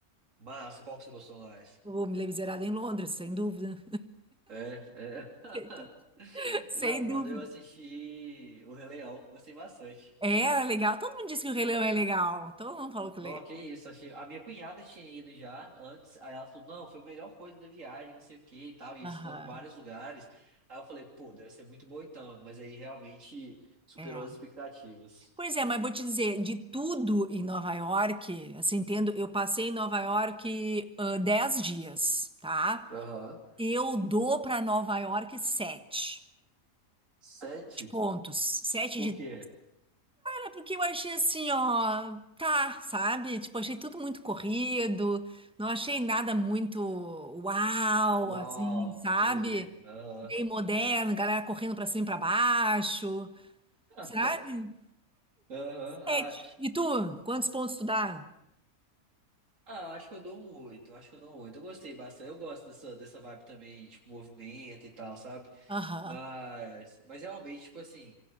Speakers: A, on the right (about 60°); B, in the centre.
A: Massa, qual que você gostou mais?
B: O Les Misérables em Londres, sem dúvida.
A: É, é.
B: <laughs>
A: <laughs>
B: Sem
A: Na Broadway
B: dúvida.
A: eu assisti O Rei Leão, gostei bastante.
B: Era legal. Todo mundo disse que o Rei Leão é legal. Todo mundo falou que é
A: Não,
B: legal.
A: que isso, achei... a minha cunhada tinha ido já antes, aí ela falou, não, foi a melhor coisa da viagem, não sei o que e tal, e eles
B: Aham.
A: foram em vários lugares. Aí eu falei, pô, deve ser muito bom então, mas aí realmente superou
B: É.
A: as expectativas.
B: Pois é, mas vou te dizer, de tudo em Nova York, assim, entendo, eu passei em Nova York ah, 10 dias, tá?
A: Aham.
B: Eu dou para Nova York 7
A: Sete?
B: pontos. sete
A: Por
B: de
A: quê?
B: É porque eu achei assim, ó, tá, sabe? Tipo, achei tudo muito corrido, não achei nada muito uau,
A: Uau,
B: assim, sabe?
A: entendi. Aham.
B: Meio moderno, galera correndo pra cima e pra baixo,
A: <laughs>
B: sabe?
A: Aham, Ah,
B: Sete. E tu, quantos pontos tu dá?
A: ah, acho que eu dou um oito, acho que eu dou um oito. Eu gostei bastante, eu gosto dessa, dessa vibe também, tipo, movimento e tal, sabe?
B: Aham.
A: Mas, mas realmente, tipo assim,